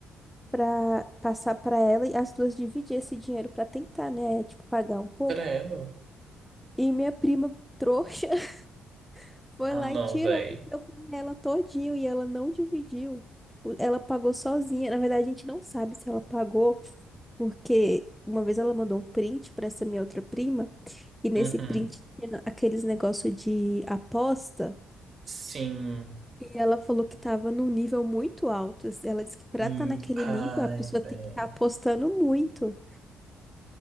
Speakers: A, in the centre; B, on the right (about 50°).
A: pra passar pra ela e as duas dividir esse dinheiro pra tentar, né, tipo pagar um pouco.
B: Credo.
A: E minha prima trouxa <laughs> foi
B: Ah,
A: lá
B: não,
A: e tirou
B: véi.
A: e deu pra ela todinho e ela não dividiu. Tipo, ela pagou sozinha. Na verdade, a gente não sabe se ela pagou porque uma vez ela mandou um print pra essa minha outra prima E nesse
B: Uhum.
A: print tinha aqueles negócio de aposta.
B: Sim.
A: E ela falou que tava num nível muito alto. assim, Ela disse que pra
B: Hum.
A: estar naquele
B: Ai,
A: nível, a pessoa
B: véi.
A: tem que estar apostando muito.